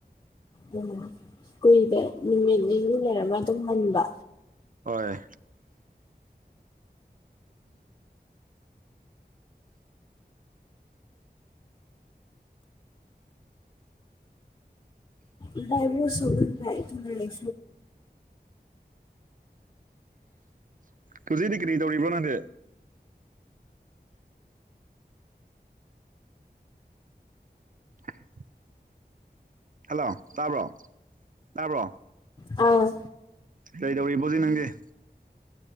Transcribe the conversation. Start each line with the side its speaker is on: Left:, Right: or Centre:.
Left: ꯑꯣ ꯀꯨꯏꯗ ꯅꯨꯃꯤꯠ ꯅꯤꯅꯤ ꯂꯩꯔꯃ ꯑꯗꯨꯝ ꯍꯟꯕ
Right: ꯍꯣꯏ
Left: ꯏꯕ ꯁ ꯂ ꯂꯩ ꯂꯩ
Right: ꯀꯨꯖꯤꯩ ꯒ꯭ꯔꯤ ꯇꯧꯔꯤꯕ꯭ꯔ ꯅꯠꯇꯦ <inaudible> ꯍꯜꯂꯣ ꯇꯥꯕ꯭ꯔꯣ ꯇꯥꯕ꯭ꯔꯣ
Left: ꯑꯥ
Right: ꯀꯩꯗꯧꯔꯤꯕꯣꯖꯤꯦ ꯅꯪꯗꯤꯦ